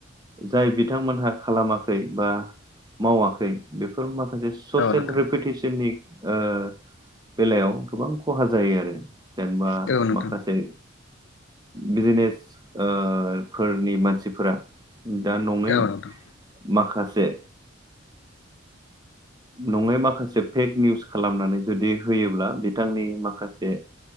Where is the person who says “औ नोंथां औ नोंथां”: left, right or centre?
Left